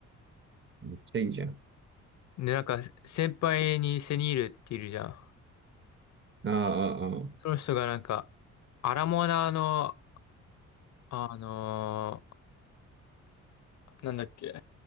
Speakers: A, on the right (about 40°); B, on the left (about 65°).
A: めっちゃいいじゃん。
B: で、なんか、先輩にセニールっているじゃん。
A: ああ、ああ、ああ
B: その人がなんか、アラモアナの、あのーなんだっけ、